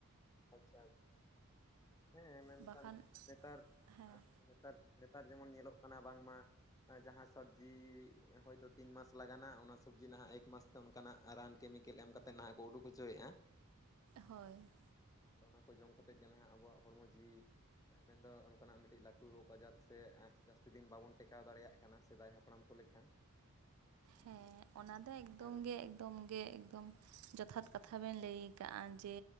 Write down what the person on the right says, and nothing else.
ᱵᱟᱠᱷᱟᱱ
ᱦᱮᱸ
ᱦᱳᱭ᱾
ᱦᱮᱸ ᱚᱱᱟ ᱫᱚ ᱮᱠᱫᱚᱢ
ᱜᱮᱼᱼ ᱮᱠᱫᱚᱢ ᱜᱮ ᱮᱠᱫᱚᱢ ᱡᱚᱛᱷᱟᱛ ᱠᱟᱛᱷᱟ ᱵᱮᱱ ᱞᱟᱹᱭ ᱠᱟᱜᱼᱟ ᱡᱮᱼᱼ